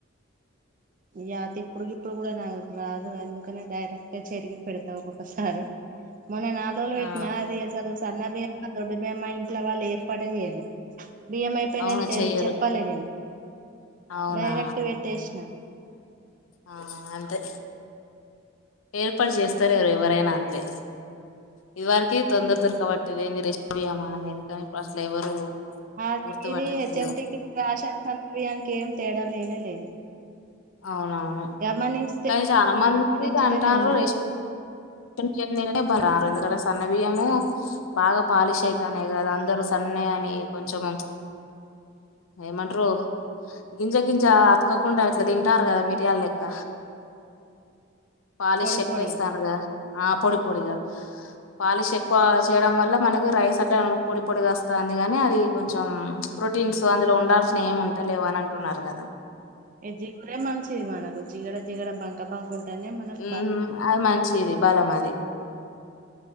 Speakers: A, on the right; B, on the left.
A: ఇయా తిప్పుడు గిప్పుడుకి కూడా నాకు రాదు ఎందుకనే డైరెక్టే చెరిగి పెడతా ఒక్కొక్కసారి మొన్న నాలుగు రోజులు
B: ఆ
A: పెట్టిన అది ఎసలు సన్న బీయ్యం దొడ్డు బియ్యమా ఇంట్లో వాళ్ళు ఏర్పటె చేయాలె బియ్యం అయిపోయిన
B: అవును
A: నని తె
B: చెయ్యరు
A: చెప్పాలే నేను
B: అవునా
A: డైరెక్ట్ పేటేషిన
B: ఆ అంతే ఏర్పాటు చేస్తా లేరు ఎవరైనా అంతే ఇది వారికి తొందర దొరక బట్టిల్లు ఏంది రెషన్ బియ్యమా అనేది కానీ ఇప్పుడు అసలు ఎవరు
A: అదే
B: గుర్తుపట్టట్లేదు
A: ఇది హెచ్ఎం టి రాషన్ సన్నబియానికి ఏం తేడా లేనే లేదు
B: అవునవును
A: గమనించితే
B: కానీ చాలా మంది
A: గమనించితేనే
B: అంటరు
A: ఉన్నాయి
B: రేష్ న్ బియ్యం తినే బాగా రారు ఎందుకంటే సన్న బియ్యము బాగా పాలిష్ అవుతానేయి కదా అందరు సన్నయి అని కొంచెం ఏమంటారు గింజ గింజ అతుకోకుండా అట్లా తింటారు కదా మిరియాలు లెక్క పాలిష్
A: పొడి
B: ఎక్కువ
A: పొడిగా
B: వేస్తాన్లు ఆ పొడి పొడిగా పాలిష్ ఎక్కువ చేయడం వల్ల మనకి రైస్ అట్లా పొడి పొడి వస్తాంది కానీ అది కొంచం ప్రోటీన్స్ అందులో ఉండాల్సినవి ఏమి ఉంటలేవు అని అంటున్నారు కదా
A: ఏ జిగడే మనంచిది మనకు జిగడ జిగడ బంక బంక ఉంటేనే మనకు
B: ఉమ్
A: బ
B: ఊ అది మంచిది బలం అది